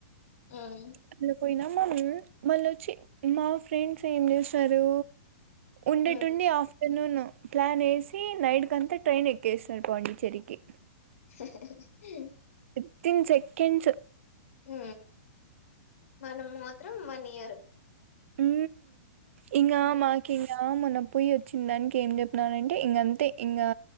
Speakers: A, on the left; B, on the right.
A: హ్మ్.
B: అట్ల పోయిన మల్ మళ్ళొచ్చి మా ఫ్రెండ్స్ ఏం చేసారు ఉండట్టుండి
A: హ్మ్.
B: ఆఫ్టర్నూను ప్లాన్ ఏసి నైట్ కంతా ట్రైన్ ఎక్కేసినారు పాండిచ్చేరికి
A: హు హు హు హు హు
B: వితిన్ సెకండ్స్
A: ఉ మనం మాత్రం వన్ ఇయర్
B: ఊ ఇంగ
A: హ్మ్.
B: మాకింగా ఆ మొన్న పొయ్యి వచ్చిన దానికి ఏం చెప్పినారంటే ఇంకంతే ఇంకా